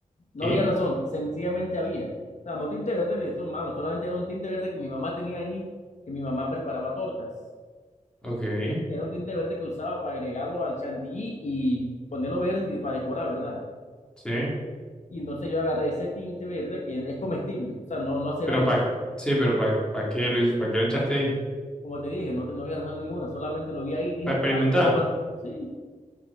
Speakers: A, on the left; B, in the centre.
A: No
B: ¿Qué?
A: había razón, sencillamente había. O sea, no tinte verde de esos malos, solamente era un tinte verde que mi mamá tenía ahí, que mi mamá preparaba tortas.
B: Ok.
A: Era un tinte verde que usaba para agregarlo al chantilly y ponerlo verde y para decorar, ¿verdad?
B: Sí.
A: Y entonces yo agarré ese tinte verde que es comestible, o sea, no, no hace
B: Pero
A: daño.
B: para sí, pero para qué, Luis? ¿Para qué lo echaste ahí?
A: Como te dije, no, te- no había razón ninguna, solamente lo vi ahí y dije,
B: ¿Para experimentar?
A: pa, toma, sí,